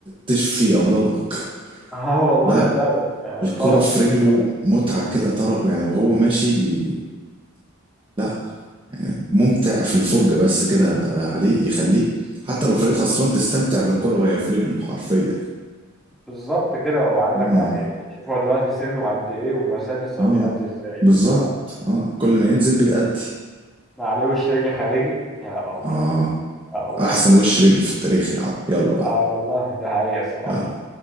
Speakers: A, on the right (about 25°); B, in the centre.
A: تشفي أمراضك
B: <laughs> اه والله
A: لا
B: فعلا يعني
A: الكرة
B: طرب
A: في
B: كده
A: رجله
B: طرب
A: متعة كده طرب يعني وهو ماشي بي... لا ممتع في الفرجة بس كده آه، عليه يخليك حتى لو فريق خسران تستمتع بالكرة وهي في رجله حرفيا
B: بالظبط كده وعندك
A: اه
B: يعني شوف هو دلوقتي سنه قد ايه وما زال لسه
A: اه
B: بيأدي ازاي
A: بالظبط
B: ف-
A: اه كل ما ينزل بيأدي
B: ما عليه وش رجل خارجي يا الله
A: اه
B: يا الله
A: احسن وش رجل في التاريخ يا عم يلا بقى
B: اه والله ده حقيقة الصراحة
A: يلا